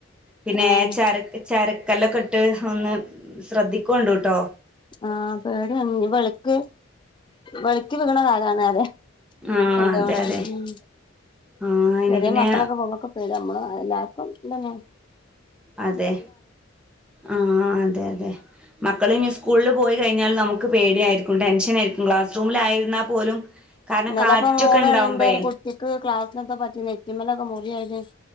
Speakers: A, in the centre; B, on the left.
A: പിന്നെ
B: ആഹ്
A: ചരക്ക് ചരക്കല്ലൊക്കെ ഇട്ട് ഒന്ന് ശ്രദ്ധിക്കൊണ്ട് ട്ടോ
B: ആഹ് പേടിയാണ് ഇനി വെളിക്ക് വെളിക്ക് വിക്കണ കാലണല്ലേ
A: ആ
B: എല്ലാർക്കും
A: അതെ അതെ
B: ഉം
A: ആ ഇനി
B: ചെറിയ
A: പിന്നെ
B: മക്കളൊക്കെ പൊങ്ങക്കും. പിന്നെ നമ്മള് എല്ലാർക്കും ഇന്നെങ്ങേ
A: അതെ ആഹ് അതെ അതെ മക്കള് ഇനി സ്കൂളിൽ പോയി കഴിഞ്ഞാൽ നമുക്ക് പേടിയായിരിക്കും ടെൻഷനായിരിക്കും ക്ലാസ് റൂമില് ആയിരുന്നാൽ പോലും കാരണം
B: ഇന്നലപ്പം
A: കാറ്റൊക്കെ
B: മോള്
A: ഉണ്ടാവുമ്പേ
B: പറിയണ്ട് കുട്ടിക്ക് ക്ലാസ്സിലെന്തോ പറ്റി നെറ്റിമ്മലൊക്കെ മുറിയായി